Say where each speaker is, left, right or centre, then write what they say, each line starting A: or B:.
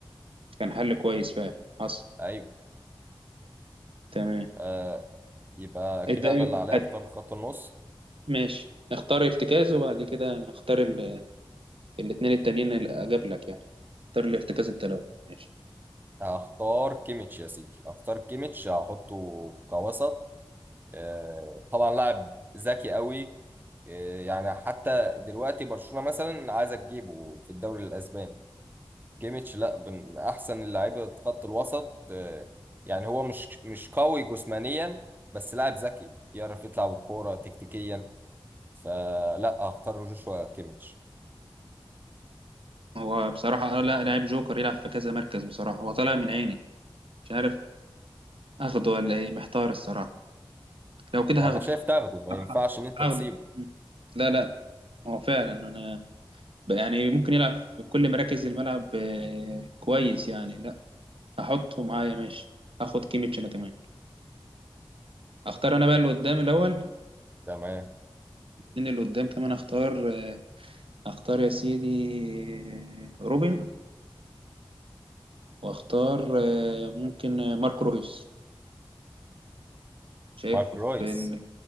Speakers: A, on the right; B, on the right.
A: كان حل كويس فعلا حصل
B: ايوه
A: تمام
B: آه يبقى كده
A: إد-
B: انا اللي عليا
A: حد
B: اختار خط النص
A: ماشي اختار ارتكاز وبعد كده أنا هختار ال- الاتنين التانيين اللي أجاب لك يعني اختار لارتكاز التلوي ماشي
B: هختار كيميتش يا سيدي هختار كيميتش هحطه كوسط آه طبعا لاعب ذكي قوي إيه، يعني حتى دلوقتي برشلونة مثلا عايزة تجيبه في الدوري الأسباني كيميتش لا من أحسن اللعيبة خط الوسط آه، يعني هو مش مش قوي جسمانيا بس لاعب ذكي يعرف يطلع بالكورة تكتيكيا فلا هختار جوشوا كيميتش
A: هو بصراحة آه، لا لاعب جوكر يلعب في كذا مركز بصراحة هو طالع من عيني مش عارف اخده ولا ايه محتار الصراحة لو كده
B: أنا
A: هاخده
B: شايف تاخده ما
A: ه-
B: ينفعش إن أنت
A: هاخده
B: تسيبه
A: م. لا لا هو فعلا انا ب- يعني ممكن يلعب في كل مراكز الملعب آه، كويس يعني لا هحطه معايا ماشي هاخد كيميتش انا كمان اختار انا بقى اللي قدام الاول
B: تمام
A: ان اللي قدام كمان اختار آه، اختار يا سيدي آه، روبن واختار آه، ممكن آه، ماركو رويس شايف
B: مارك
A: في
B: رويس
A: إن